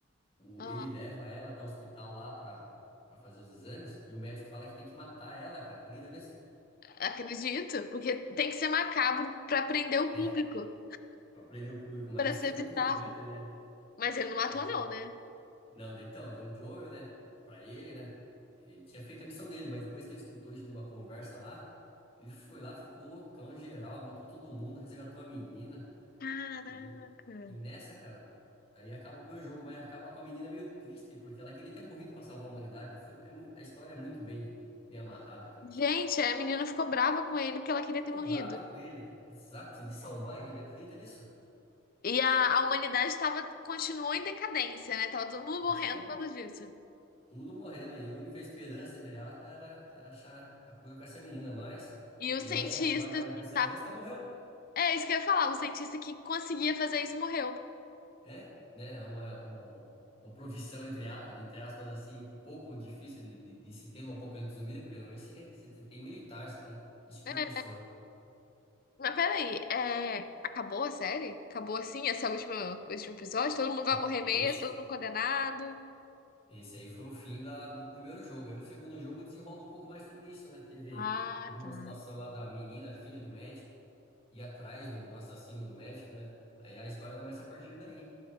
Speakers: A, on the left; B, on the left.
A: o-
B: Ah,
A: ele leva ela até o hospital lá pra, pra fazer os exames e o médico fala que tem que matar ela, cara. Acredita nisso?
B: acredito, porque tem que ser macabro pra prender o
A: É,
B: público,
A: pra prender o público, mas
B: pra ser
A: isso foi muito
B: bizarro.
A: chocante, né?
B: Mas ele não matou,
A: Sim.
B: não, né?
A: Não, daí então, daí o Joel, né? Pra ele, né? Ele tinha feito a missão dele, mas depois que ele escutou isso numa conversa lá, ele foi lá, ficou loucão geral, matou todo mundo, resgatou a menina.
B: Caraca.
A: E, e nessa, cara, aí acaba o meu jogo, mas acaba com a menina meio triste, porque ela queria ter morrido pra salvar a humanidade. Foi, é mu- a história é muito bem, bem amarrada, cara.
B: Gente, a menina ficou brava com ele porque ela queria ter
A: Ficou
B: morrido.
A: braba com ele. Exato, de salvar ele. Acredita nisso?
B: E a, a humanidade tava, continuou em decadência, né? Tava todo mundo
A: Continuou.
B: morrendo por causa disso.
A: Tudo morrendo aí. A única esperança, entre aspas, era, era achar a cura com essa menina. Mas
B: E os
A: o
B: cientistas
A: médico lá, que era especialista,
B: que
A: morreu.
B: É isso que eu ia falar, o cientista que conseguia fazer isso morreu.
A: Né? Né? É Uma, uma, uma profissão, entre, a- entre aspas, assim, pouco difícil de, de, de se ter no Apocalipse Zumbi, né? Porque normalmente você, você tem militar, você tem esse tipo
B: É,
A: de pessoa.
B: mas peraí, é, acabou a série? Acabou assim? Esse é o último, o último episódio? Todo mundo vai
A: Não,
B: morrer
A: Esse
B: mesmo, todo mundo condenado?
A: Esse aí foi o fim da, do primeiro jogo. Aí o segundo jogo desenrola um pouco mais sobre isso, né? Teve,
B: Ah,
A: teve uma
B: tá.
A: situação lá da menina, filha do médico, ir atrás do, do assassino do médico, né? Aí a história começa a partir daí.